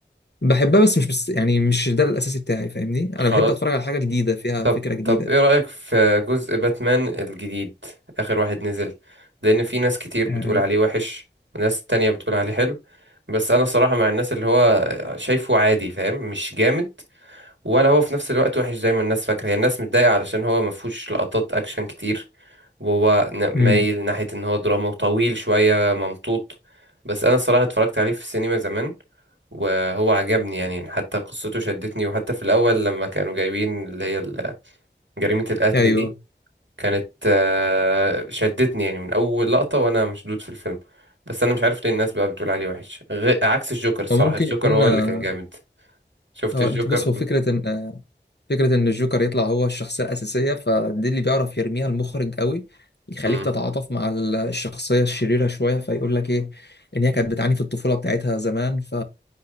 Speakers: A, on the left; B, on the right.
A: بحبها بس مش بس يعني مش ده الاساسي بتاعي فاهمني انا
B: خلاص
A: بحب اتفرج على حاجه جديده فيها
B: طب
A: فكره جديده
B: طب ايه رأيك في جزء باتمان الجديد اخر واحد نزل لان في ناس كتير بتقول
A: آه،
B: عليه وحش وناس تانية بتقول عليه حلو بس انا صراحة مع الناس اللي هو شايفه عادي فاهم مش جامد ولا هو في نفس الوقت وحش زي ما الناس فاكرة هي الناس متضايقة علشان هو ما فيهوش لقطات اكشن كتير وهو ن-
A: امم
B: مايل ناحية ان هو دراما وطويل شوية ممطوط بس انا الصراحة اتفرجت عليه في السينما زمان وهو عجبني يعني يعني حتى قصته شدتني وحتى في الأول لما كانوا جايبين اللي هي ال- جريمة القتل
A: ايوه
B: دي كانت آه، شدتني يعني من أول لقطة وأنا مشدود في الفيلم بس أنا مش عارف ليه الناس بقى بتقول عليه وحش غ... عكس الجوكر الصراحة
A: وممكن
B: الجوكر
A: يكون
B: هو
A: آه،
B: اللي كان جامد شفت
A: هو
B: الجوكر
A: انت بص هو فكره ان فكرة إن الجوكر يطلع هو الشخصية الأساسية فدي اللي بيعرف يرميها المخرج قوي يخليك
B: مم.
A: تتعاطف مع ال- الشخصية الشريرة شوية فيقول لك إيه إن هي كانت بتعاني في الطفولة بتاعتها زمان ف